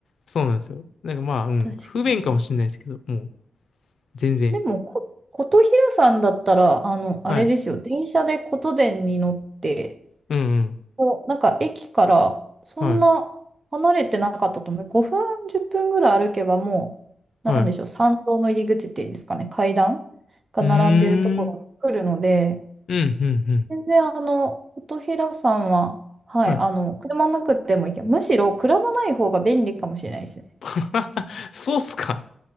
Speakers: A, on the left; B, on the right.
A: そうなんですよ。なんかまあ、うん、
B: 確かに。
A: 不便かもしれないですけど、もう、全然。
B: でも、こ、琴平さんだったら、あの、
A: はい。
B: あれですよ、電車で琴電に乗って、
A: うんうん。
B: こう、なんか駅からそんな離れてなかったと思う。
A: はい。
B: 5分、10分ぐらい歩けばもう、
A: はい。
B: なんでしょう、参道の入り口っていうんですかね、階段が並んでるところに来るので、
A: うーん。うん、うん、うん。
B: 全然あの、琴平さんは、はい、
A: はい。
B: あの、車なくてもいいけど、むしろ車ない方が便利かもしれないですね。
A: <laughs> そうっすか。